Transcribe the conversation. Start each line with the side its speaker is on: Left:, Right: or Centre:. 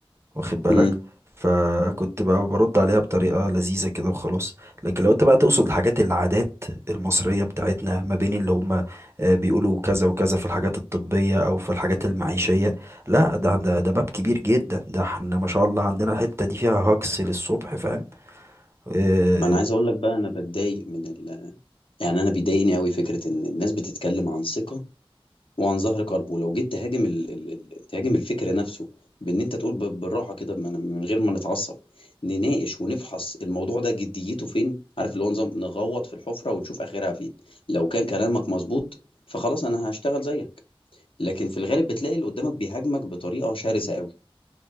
Right: واخد بالك
Left: امم
Right: فكنت بقى برد عليها بطريقة لذيذة كده وخلاص لكن لو انت بقى تقصد الحاجات العادات المصرية بتاعتنا ما بين اللي هم آه، بيقولوا كذا وكذا في الحاجات الطبية او في الحاجات المعيشية لا ده ده ده باب كبير جدا ده احنا ما شاء الله عندنا الحتة دي فيها هجص للصبح فاهم آه،
Left: ما انا عايز اقول لك بقى انا بتضايق من ال... يعني انا بيضايقني قوي فكرة ان الناس بتتكلم عن ثقة وعن ظهر قلب ولو جيت تهاجم ال... ال... ال- تهاجم الفكر نفسه بان انت تقول ب- بالراحة كده من... من غير ما نتعصب نناقش ونفحص الموضوع ده جديته فين عارف اللي هو نظام نغوط في الحفرة ونشوف اخرها فين لو كان كلامك مظبوط فخلاص انا هشتغل زيك لكن في الغالب بتلاقي اللي قدامك بيهاجمك بطريقة شرسة قوي